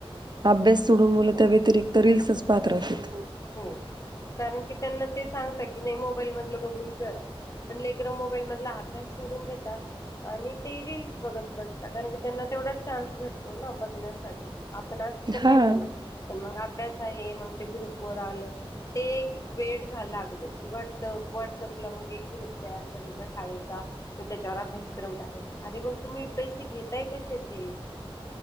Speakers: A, on the right; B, on the left.
A: अभ्यास सोडून मुलं त्या व्यतिरिक्त रीलसच पाहत राहतात.
B: हो कारण की त्यांना ते सांगतं की नाही मोबाईल मधलं बघून करा पण ले करं मोबाईल मधला अभ्यास सोडून देतात आणि ते रील्स बघत बसतात कारण की त्यांना तेवढा चान्स भेटतो ना बघण्यासा ठी आपण असं तर
A: हा
B: नाही देणार पण मग अभ्यास आहे मग ते ग्रुप वर आलं ते एक वेड झा लागले की व्हॉटसअप व्हॉट्सअपला मग एक ग्रुप तयार करायचा शाळेचा मग त्याच्यावर अभ्यासक्रम टाकायचा अरे मग तुम्ही पैसे घेताय कशाचे